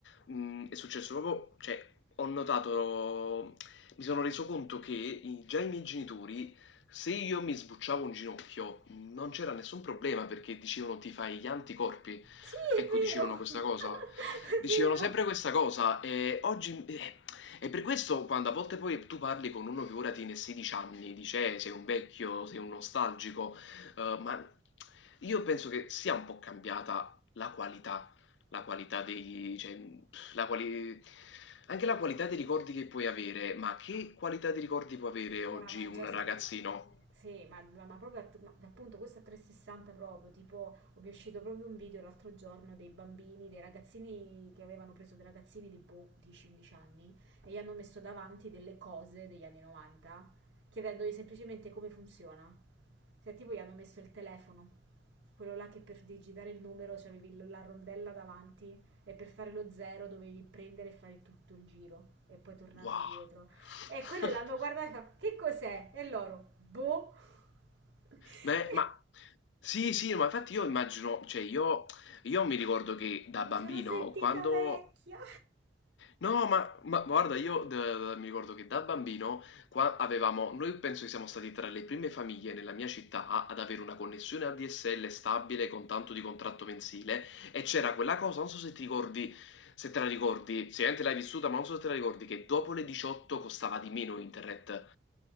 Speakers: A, on the left; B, on the right.
A: mh, è successo proprio, cioè, ho notato, mi sono reso conto che i- già i miei genitori, se io mi sbucciavo un ginocchio, mh, non c'era nessun problema perché dicevano ti fai gli anticorpi.
B: sì, è
A: Ecco,
B: vero,
A: dicevano questa
B: <laughs> è
A: cosa. Dicevano
B: vero.
A: sempre questa cosa e oggi... eh, e per questo quando a volte poi tu parli con uno che ora tiene 16 anni, dice "Eh, sei un vecchio, sei un nostalgico, Uhm, ma io penso che sia un po' cambiata la qualità la qualità dei cioè, mhmm, la quali anche la qualità dei ricordi che puoi avere, ma che qualità di ricordi può avere oggi
B: Yeah, ma
A: un
B: già se...
A: ragazzino?
B: Sì, ma, ma- ma proprio att- ma- appunto questo a 360 proprio, tipo mi è uscito proprio un video l'altro giorno dei bambini, dei ragazzini che avevano preso dei ragazzini di boh, 10-11 anni e gli hanno messo davanti delle cose degli anni 90 chiedendogli semplicemente come funziona. Cioè tipo gli hanno messo il telefono Quello là che per digitare il numero c'avevi l- la rondella davanti e per fare lo zero dovevi prendere e fare tutto il giro e poi tornavi
A: Wow!
B: indietro.
A: <laughs>
B: E quello l'hanno guardato e fa, che cos'è? E loro, boh, <laughs>
A: Me ma sì, sì, ma infatti io immagino cioè io io mi ricordo che da
B: mi
A: bambino
B: sono sentita
A: quando
B: vecchia.
A: No, ma, ma guarda, io d- mi ricordo che da bambino qua avevamo, noi penso che siamo stati tra le prime famiglie nella mia città ad avere una connessione ADSL stabile con tanto di contratto mensile e c'era quella cosa, non so se ti ricordi, se te la ricordi, sicuramente l'hai vissuta, ma non so se te la ricordi, che dopo le 18 costava di meno internet.